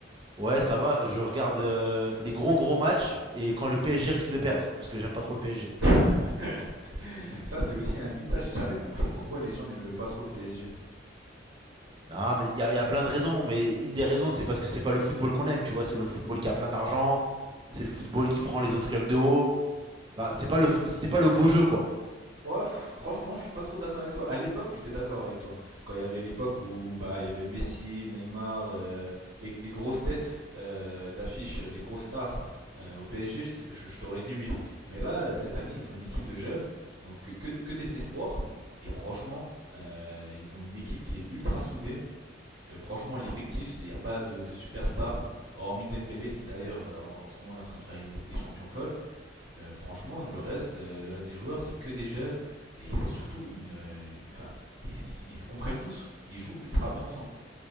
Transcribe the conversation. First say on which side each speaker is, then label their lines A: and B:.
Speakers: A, on the right (about 25°); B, on the right (about 65°).
A: Ouais, ça va. Je regarde euh, les gros gros matchs et quand le PSG risque de perdre, parce que j'aime pas trop le PSG.
B: <laughs> Ça c'est aussi un mythe, ça j'ai jamais compris pourquoi les gens n'aimaient pas trop le PSG.
A: Non, mais il y, a- y a plein de raisons, mais une des raisons c'est parce que c'est pas le football qu'on aime, tu vois. C'est le football qui a plein d'argent, c'est le football qui prend les autres clubs de haut. Enfin, c'est pas le c'est pas le beau jeu quoi.
B: Ouais, pff, franchement, je suis pas trop d'accord avec toi. À l'époque, j'étais d'accord avec toi. Quand il y avait l'époque où bah il y avait Messi, Neymar, euh, les, les grosses têtes euh, d'affiche, euh, les grosses stars euh, au PSG, je t- je- je t'aurais dit oui. Mais là, euh, cette année, ils ont une équipe de jeunes, donc que, que des que des espoirs. Et franchement, euh, ils ont une équipe qui est ultra soudée. Euh, franchement, l'effectif, c'est il n'y a pas de, de superstar, hormis Dembélé, qui d'ailleurs euh, en en ce moment est en train de faire une Ligue des Champions folle euh, franchement, le reste, euh, le reste des joueurs, c'est que des jeunes. Et il y a surtout une. euh, une- Enfin, ils, ils- ils se comprennent tous. Ils jouent ultra bien ensemble.